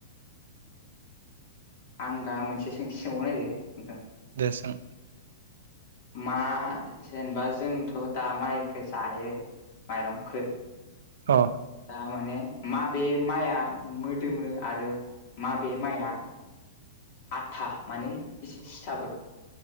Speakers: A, on the left (about 55°); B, on the right (about 80°).
A: आं दा मोनसे सोंथि सोंबाव नायदों।
B: दे सों।
A: मा जेनेबा जोंथ' दा माइखो जायो। माइरंखो।
B: औ।
A: थार माने माबे माइआ मोदोमो आरो माबे माइआ। आथा माने। एसे सिथाबो